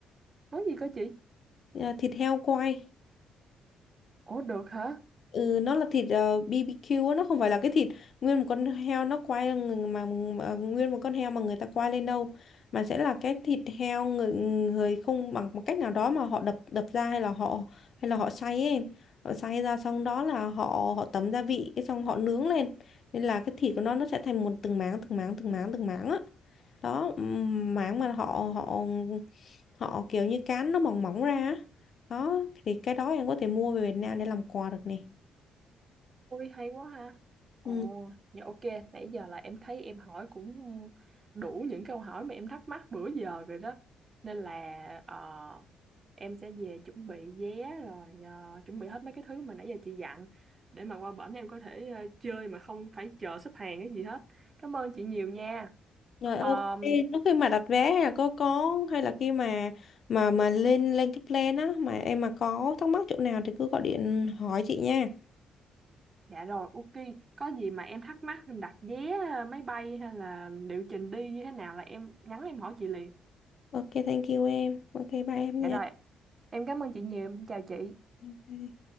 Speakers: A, on the right (about 35°); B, on the left (about 55°).
A: món gì cơ chị
B: À, thịt heo quay.
A: ủa được hả
B: Ừ, nó là thịt ờ, BBQ á, nó không phải là cái thịt nguyên một con heo nó quay mà, mà nguyên một con heo mà người ta quay lên đâu mà sẽ là cái thịt heo người, người không bằng một cách nào đó mà họ đập đập ra hay là họ hay là họ xay ấy. em. Họ xay ra xong đó là họ họ tẩm gia vị cái xong họ nướng lên nên là cái thịt của nó nó sẽ thành một từng máng từng máng từng máng từng máng á đó ừm, mảng mà họ họ họ kiểu như cán nó mỏng mỏng ra á. đó thì cái đó em có thể mua về Việt Nam để làm quà được nè
A: ôi hay quá ha ồ
B: ừ.
A: dạ ok nãy giờ là em thấy em hỏi cũng đủ những câu hỏi mà em thắc mắc bữa giờ rồi đó nên là ờ, em sẽ về chuẩn bị vé rồi ờ, chuẩn bị hết mấy cái thứ mà nãy giờ chị dặn để mà qua bển em có thể ờ, chơi mà không phải chờ xếp hàng cái gì hết cảm ơn chị nhiều nha
B: rồi ok
A: Ờ,
B: lúc khi mà đặt vé hay là có có hay là khi mà mà mà lên lên cái plan á mà em mà có thắc mắc chỗ nào thì cứ gọi điện hỏi chị nha
A: Dạ rồi, ok. Có gì mà em thắc mắc em đặt vé ờ, máy bay hay là liệu trình đi như thế nào là em nhắn em hỏi chị liền.
B: ok thank you em ok bye em
A: Dạ
B: nha
A: rồi, em cảm ơn chị nhiều, em chào chị.
B: Ok.